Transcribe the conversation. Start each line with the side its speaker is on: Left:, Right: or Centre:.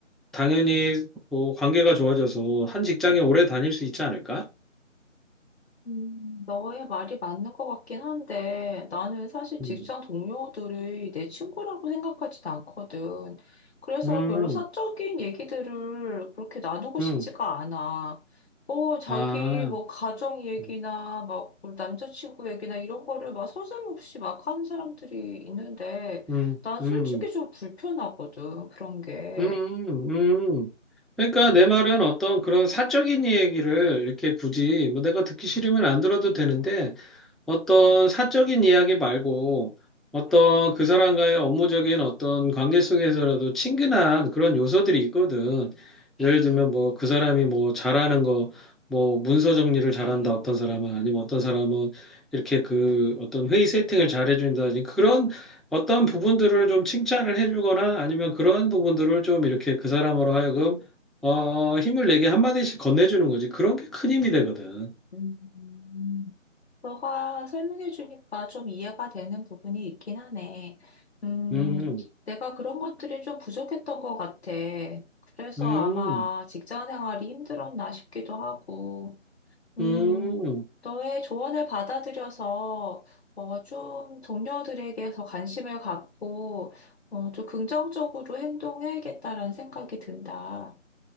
Centre: 당연히 뭐 관계가 좋아져서 한 직장에 오래 다닐 수 있지 않을까?
Left: 음, 너의 말이 맞는 것 같긴 한데 나는 사실 직장
Centre: 음,
Left: 동료들이 내 친구라고 생각하진 않거든. 그래서
Centre: 음,
Left: 별로 사적인 얘기들을 그렇게 나누고 싶지가
Centre: 음.
Left: 않아. 뭐 자기
Centre: 아,
Left: 뭐 가정 얘기나
Centre: 음,
Left: 막 뭐 남자친구 얘기나 이런 거를 막 서슴없이 막 하는 사람들이 있는데
Centre: 음,
Left: 난
Centre: 음,
Left: 솔직히 좀 불편하거든 그런 게.
Centre: 음. 음. 그러니까 내 말은 어떤 그런 사적인 얘기를 이렇게 굳이 뭐 내가 듣기 싫으면 안 들어도 되는데 어떤 사적인 이야기 말고 어떤 그 사람과의 업무적인 어떤 관계 속에서라도 친근한 그런 요소들이 있거든. 예를 들면 뭐 그 사람이 뭐 잘하는 거, 뭐 문서 정리를 잘한다 어떤 사람은 아니면 어떤 사람은 이렇게 그 어떤 회의 세팅을 잘 해준다든지 그런 어떤 부분들을 좀 칭찬을 해주거나 아니면 그러한 부분들을 좀 이렇게 그 사람으로 하여금 어, 힘을 내게 한마디씩 건네주는 거지. 그런 게 큰 힘이 되거든.
Left: 음. 너가 설명해 주니까 좀 이해가 되는 부분이 있긴 하네. 음,
Centre: 음,
Left: 내가 그런 것들이 좀 부족했던 것 같아. 그래서
Centre: 음.
Left: 아마 직장 생활이 힘들었나 싶기도 하고, 음,
Centre: 음,
Left: 너의 조언을 받아들여서 어, 좀 동료들에게 더 관심을 갖고 어, 좀 긍정적으로 행동해야겠다라는 생각이 든다.